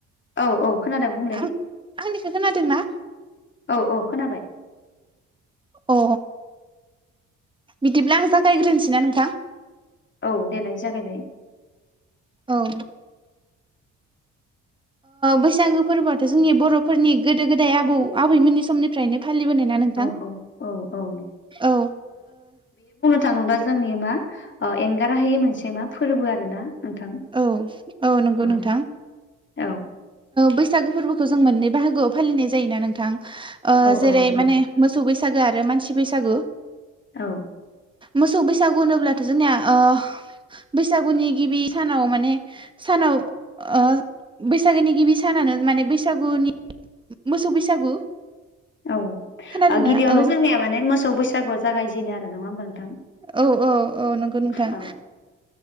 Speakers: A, on the left; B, on the right.
A: औ औ खोनादों बुंलाय
B: आं आंनिखौ खोनादोंना
A: औ औ खोनाबाय
B: अ बिदिब्ला आं जागायग्रोनोसै ना नोंथां
A: औ देलाय जागायनायाय
B: औ बैसागो फोरबोआथ' जोंनि बर'फोरनि गोदो गोदाय आबौ आबैमोननि समनि फ्रायनो फालिबोनाय ना नोंथां
A: औ औ औ औ
B: औ
A: थाङोबा जोंनि मा ओ एंगार हायि मोनसे मा फोरबो आरो ना नोंथां
B: औ नंगौ
A: औ
B: नोंथां
A: औ
B: बैसागो फोरबोखौ जों मोननै बाहागोयाव फालिनाय जायोना नोंथां जेरै
A: औ नंगौ
B: माने मोसौ बैसागो आरो मानसि बैसागु
A: औ
B: मोसौ बैसागु होनोब्लाथ' जोंनिया ओ बैसागुनि गिबि सानाव माने सानाव ओ बैसागोनि गिबि सानानो माने बैसागुनि मोसौ बैसागु
A: औ
B: खोनादोंना
A: गिबियावनो
B: औ
A: जोंनिया माने मोसौ बैसागुआव जागायजेनो आरो नङा होमबा नोंथां
B: औ औ औ नंगौ नोंथां
A: औ